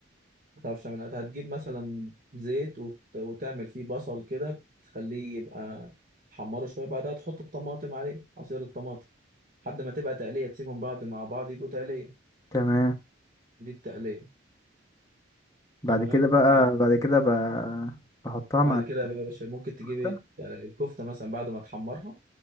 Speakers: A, on the right; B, on the left.
A: ما تعرفش تعملها هتجيب مثلا زيت وت... وتعمل فيه بصل كده تخليه يبقى تحمره شويه بعدها تحط الطماطم عليه عصير الطماطم لحد ما تبقى تقليه تسيبهم بعض مع بعض يبقوا تقليه
B: تمام
A: دي التقليه
B: بعد
A: تمام
B: كده بقى
A: وبعد
B: بعد كده ب... بحطها مع
A: بعد كده بقى يا باشا ممكن تجيب
B: الكفته
A: إيه؟ يعني الكفته مثلا بعد ما تحمرها